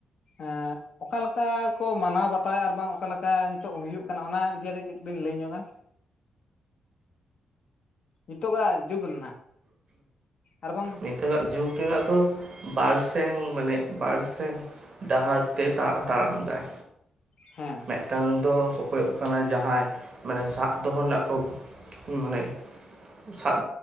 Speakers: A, on the left; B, on the right.
A: ᱮᱸ ᱚᱠᱟ ᱞᱮᱠᱟ ᱠᱚ ᱢᱟᱱᱟᱣ ᱵᱟᱛᱟᱣᱮᱫ ᱟᱨ ᱵᱟᱝ ᱚᱠᱟ ᱞᱮᱠᱟ ᱱᱤᱛᱚᱜ ᱦᱩᱭᱩᱜ ᱠᱟᱱᱟ, ᱚᱱᱟ ᱤᱫᱤᱭᱟᱛᱮ ᱠᱟᱹᱡ ᱵᱤᱱ ᱞᱟᱹᱭ ᱧᱚᱜ-ᱟ? ᱱᱤᱛᱚᱜᱟᱜ ᱡᱩᱜᱽ ᱨᱮᱱᱟᱜ? ᱟᱨ ᱵᱟᱝ
B: ᱱᱤᱛᱚᱜᱟᱜ ᱡᱩᱜᱽ ᱩᱱᱠᱤᱱᱟᱜ ᱫᱚ ᱵᱟᱨᱥᱝ ᱢᱟᱱᱮ ᱵᱟᱨᱥᱮᱱ ᱰᱟᱦᱟᱨ ᱛᱮ <inaudible> ᱛᱟᱲᱟᱢᱫᱟᱭ
A: ᱦᱮᱸ
B: ᱢᱤᱫᱴᱟᱝ ᱫᱚ ᱠᱚᱠᱚᱭᱚᱜ ᱠᱟᱱᱟ ᱡᱟᱦᱟᱸᱭ ᱢᱟᱱᱮ ᱥᱟᱵ ᱫᱚᱦᱚ ᱨᱮᱱᱟᱜ ᱠᱚ ᱢᱟᱱᱮ ᱥᱟᱵ